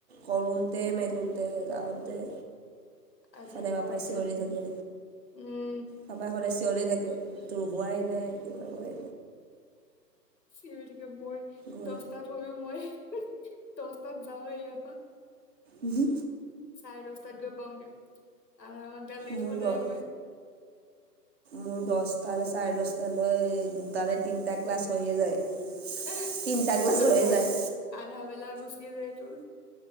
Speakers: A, on the right; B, on the left.
A: কৰুনতে মেলোনতে যাওনতে
B: আজৰি
A: সদায় বাপাই
B: হওঁতে
A: চিঞৰি
B: মোৰ
A: থাকে।
B: উম,
A: পাপাই সদায় চিঞৰি থাকে, তোৰ হোৱাই নাই কিবা কয়
B: চিঞৰিকে মই
A: গৈ
B: দহটাত হৈয়ো মই দহটাত যাওঁ ইয়াৰ পৰা।
A: উহু
B: চাৰে দস্তাত গৈ পাওঁগে আধা লেট
A: মোৰ
B: সদায়
A: দৰ
B: মই
A: মোৰ দহটানে চাৰে দহটালৈ দুটানে তিনিটা ক্লাছ হৈয়ে যায়।
B: এই,
A: তিনিটা ক্লাছ
B: তোৰ আধা
A: হৈয়ে যায়
B: আধা বেলা গুচিয়ে যায় তোৰ।